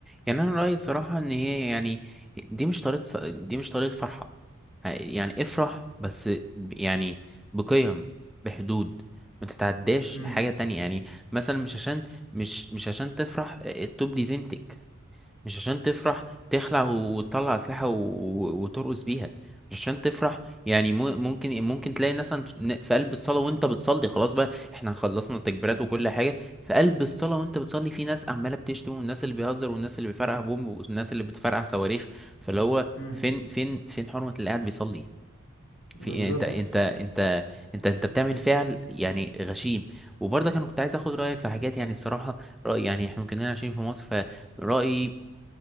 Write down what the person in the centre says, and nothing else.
يعني انا رايي صراحه ان هي يعني دي مش طريقه ص- دي مش طريقه فرحه يعني افرح بس ب- يعني بقيم بحدود ما تتعداش
حاجه تانية يعني مثلا مش عشان مش مش عشان تفرح التوب دي زينتك مش عشان تفرح تخلع وتطلع أسلحة و- و- وترقص بيها مش عشان تفرح يعني مو- ممكن ممكن تلاقي ناس عن- في قلب الصلاة وانت بتصلي خلاص بقى احنا خلصنا التكبيرات وكل حاجة في قلب الصلاة وانت بتصلي في ناس عمالة بتشتم والناس اللي بيهزر والناس اللي بيفرقع بوم والناس اللي بتفرقع صواريخ فاللي هو
فين فين فين حرمة اللي قاعد بيصلي
في إيه؟ انت انت انت انت انت بتعمل فعل يعني غشيم وبرضه انا كنت عايز اخد رايك في حاجات يعني الصراحه راي يعني احنا كنا عايشين في مصر ف رأيي